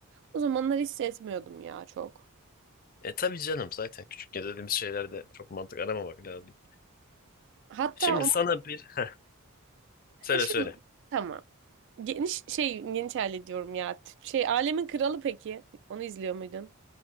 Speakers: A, on the right; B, on the left.
A: O zamanlar hissetmiyordum ya çok.
B: E tabii canım zaten küçükken dediğimiz şeylerde çok mantık aramamak lazım.
A: Hatta
B: Şimdi
A: onu
B: sana bir heh, söyle
A: e şu
B: söyle.
A: tamam. Geniş şey geniş aile diyorum ya. Şey alemin kralı peki. Onu izliyor muydun?